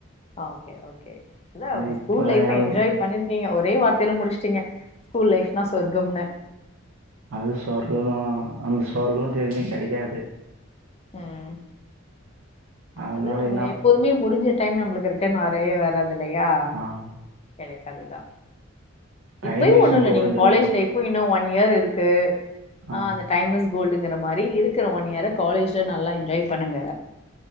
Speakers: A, on the left (about 30°); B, on the right (about 85°).
A: ஓகே ஓகே இல்ல உங்க
B: இப்ப
A: ஸ்கூல் லைஃப்
B: எல்
A: என்ஜாய் பண்ணிருக்கீங்க ஒரே வார்த்தையில முடிச்சுட்டீங்க ஸ்கூல் லைப்னா சொர்க்கம்னு
B: அது சொர்க்க தா அந்த சொர்க்கோ திரும்பி கெடைக்காது
A: ம்
B: அதனால
A: அது நம்ம
B: என்ன
A: எப்போதுமே முடிஞ்ச டைம் நம்மளுக்கு ரிட்டன் வ <unintelligible> வராதுல்லையா
B: ஆமா
A: எனக்கு அதுதா
B: டைம்
A: இப்பயு
B: இஸ்
A: ஒண்ணு இல்ல
B: கோல்டுன்னுவாங்க
A: நீங்க காலேஜ் லைப் இன்னு ஒன் இயர் இருக்கு
B: ஆ
A: அந்த டைம் இஸ் கோல்டுங்கிற மாரி இருக்கற ஒன் இயர்ர காலேஜ் நல்லா என்ஜாய் பண்ணுங்க